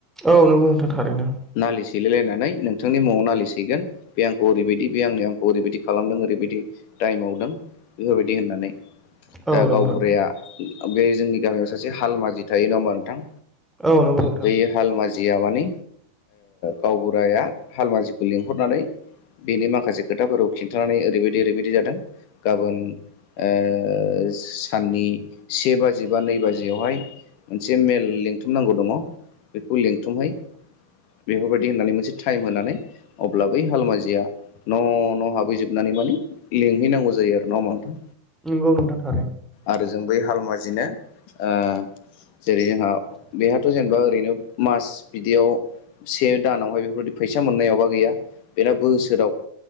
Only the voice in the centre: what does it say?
औ नंगौ नोंथां थारैनो।
औ
नंगौ
नोंथां
औ नंगौ नोंथां।
नंगौ नोंथां थारैनो।